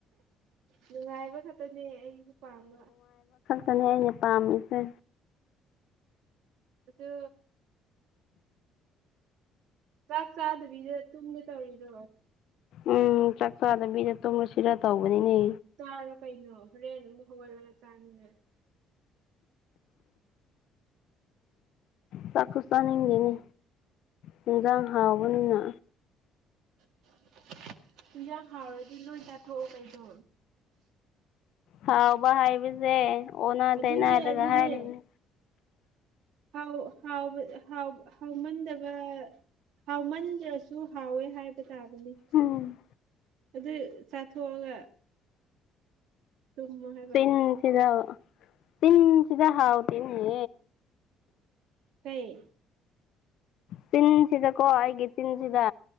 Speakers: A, on the right (about 75°); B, on the left (about 70°).
A: ꯅꯨꯡꯉꯥꯏꯕ ꯈꯠꯇꯅꯦ ꯑꯩꯁꯨ ꯄꯥꯝꯕ
B: ꯇꯅꯦ ꯑꯩꯅ ꯄꯥꯝꯃꯤꯁꯦ
A: ꯑꯗꯨ ꯆꯥꯛ ꯆꯥꯗꯕꯤꯗ ꯇꯨꯝꯒꯦ ꯇꯧꯔꯤꯗꯣ
B: ꯎꯝ ꯆꯥꯛꯆꯥꯥꯗꯕꯤꯗ ꯇꯨꯝꯔꯁꯤꯔ ꯇꯧꯕꯅꯤꯅꯦ
A: ꯆꯥꯔꯣ ꯀꯩꯅꯣ ꯍꯣꯔꯦꯟ ꯑꯃꯨꯛ ꯍꯧꯒꯠꯂꯒ ꯆꯥꯡꯅꯤꯡꯉ
B: ꯆꯥꯛꯁꯨ ꯆꯥꯅꯤꯡꯗꯦꯅꯦ ꯍꯤꯟꯖꯥꯡ ꯍꯥꯎꯕꯅꯤꯅ
A: <inaudible> ꯍꯟꯖꯥꯡ ꯍꯥꯎꯔꯗꯤ ꯂꯣꯏ ꯆꯥꯊꯣꯛꯑꯣ ꯀꯩꯗꯣ
B: ꯍꯥꯎꯕ ꯍꯥꯏꯕꯖꯦ ꯑꯣꯅꯥ
A: ꯑꯗꯨꯅꯦ
B: ꯇꯩꯅꯔꯒ
A: ꯑꯗꯨꯅꯦ
B: ꯍꯥꯏꯔꯤꯅꯤ
A: ꯍꯥꯎ ꯍꯥꯎꯕ ꯍꯥꯎ ꯍꯥꯎꯃꯟꯗꯕ ꯍꯥꯎꯃꯟꯗ꯭ꯔꯁꯨ ꯍꯥꯎꯋꯦ ꯍꯥꯏꯕ ꯇꯥꯕꯅꯤ
B: ꯎꯝ
A: ꯑꯗꯨ ꯆꯥꯊꯣꯛꯑꯒ ꯇꯨꯝꯃꯣ ꯍꯥꯏꯕ
B: ꯆꯤꯟꯁꯤꯗ ꯆꯤꯟ ꯁꯤꯗ ꯍꯥꯎꯇꯦꯅꯦ
A: ꯀꯩ
B: ꯆꯤꯟꯁꯤꯗꯀꯣ ꯑꯩꯒꯤ ꯆꯤꯟꯁꯤꯗ